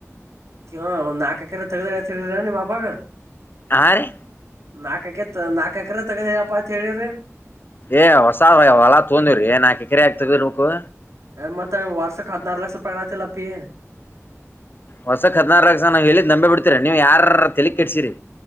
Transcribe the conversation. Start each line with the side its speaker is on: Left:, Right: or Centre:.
Right: ಹ ಒ್ ನಾಲ್ಕಏಕರೆ ತಗ್ದ್ರತರರ ನಿಮ್ಮ ಅಪಾಗ
Left: ಆ ರೇ
Right: ನಾಕಕ ನಾಕಏಕ್ರೇ ತಗದಪ್ಪಾ ಅಂತ ಹೇಳಿದರೇ
Left: ಏ ಹೊಸಾದ ಹೊಲಾ ತೋಂದಿ್ರರಿ ಏ ನಾಕಏಕ್ರೇ ಆಗ್ತದೆ ನಿಮ್ಮದು
Right: ಮತ್ತ ವರ್ಷ ಆದನರ್ ಲಕ್ಷ ಐತ್ ಅಲ್ಲ ಅಪಿ
Left: ಹೊಸ ಕೇ ಆದಿನಾರ್ ಲಕ್ಷ ನಾವ್ ಹೇಳಿದ್ ನಂಬಿ ಬಿಡ್ತೀರ ನೀವು ಯಾರಾರ ತೆಲಿ ಕೆಟ್ಟಸಿರಿ